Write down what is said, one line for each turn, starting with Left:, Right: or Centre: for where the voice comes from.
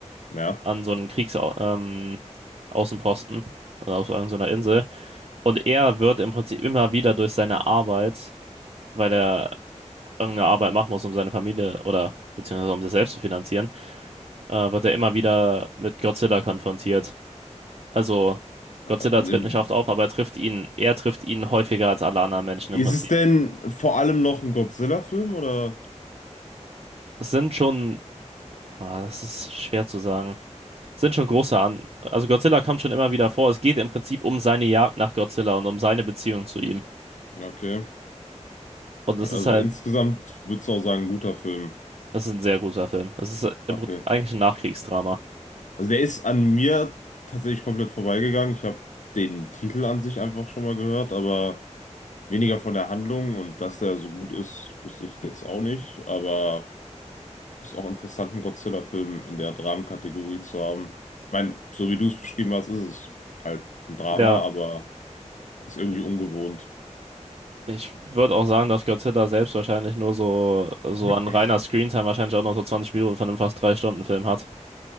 Left: ja.
Right: an so einen Kriegsaußenposten, ähm, Außenposten, also auf irgendeiner Insel. Und er wird im Prinzip immer wieder durch seine Arbeit, weil er irgendeine Arbeit machen muss, um seine Familie oder beziehungsweise um sich selbst zu finanzieren, äh, wird er immer wieder mit Godzilla konfrontiert. Also
Left: Äh,
Right: Godzilla tritt nicht oft auf, aber er trifft ihn, er trifft ihn häufiger als alle anderen Menschen
Left: Ist
Right: im Prinzip.
Left: es denn vor allem noch ein Godzilla-Film oder?
Right: Es sind schon, ah, das ist schwer zu sagen. Es sind schon große an. Also Godzilla kommt schon immer wieder vor. Es geht im Prinzip um seine Jagd nach Godzilla und um seine Beziehung zu ihm.
Left: Okay.
Right: Und es
Left: Also
Right: ist halt,
Left: insgesamt würdest du auch sagen, guter Film.
Right: es ist ein sehr guter Film. Es ist im
Left: Okay.
Right: Prin- eigentlich ein Nachkriegsdrama.
Left: Also der ist an mir tatsächlich komplett vorbeigegangen. Ich habe den Titel an sich einfach schon mal gehört, aber weniger von der Handlung und dass der so gut ist, wusste ich jetzt auch nicht. Aber ist auch interessant, einen Godzilla-Film in der Dramenkategorie zu haben. Ich meine, so wie du es beschrieben hast, ist es halt ein Drama,
Right: Ja,
Left: aber ist irgendwie ungewohnt.
Right: ich würde auch sagen, dass Godzilla selbst wahrscheinlich nur so, so
Left: <laughs>
Right: an reiner Screentime wahrscheinlich auch nur so 20 Minuten von einem fast drei stunden film hat.